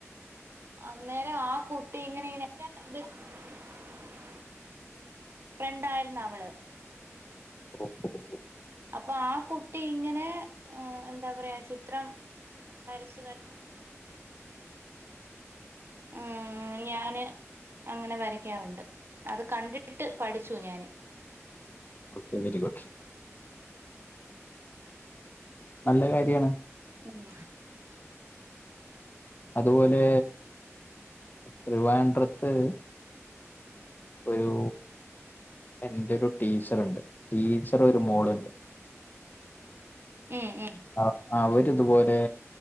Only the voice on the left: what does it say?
<unintelligible>
Good very good. നല്ല കാര്യാണ്.
അതുപോലെ ട്രിവാഡ്രത്ത് ഒരു എന്റെ ഒരു ടീച്ചർണ്ട് ടീച്ചറെ ഒരു മോളുണ്ട്.
ആഹ് അവര് ഇതുപോലെ